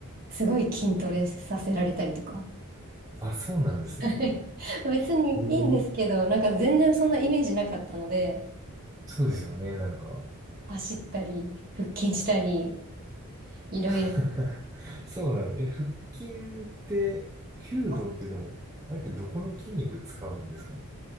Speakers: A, on the right; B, on the right.
A: すごい筋トレさせられたりとか。
B: あ、そうなんですね。
A: はい <laughs> 別にいいんですけど、
B: えー、
A: なんか全然そんなイメージなかったので、
B: そうですよね、なんか。
A: 走ったり、腹筋したり、いろいろ。
B: <laughs> そうなの。え、腹筋って、弓道ってでも、
A: はい
B: あれってどこの筋肉使うんですかね。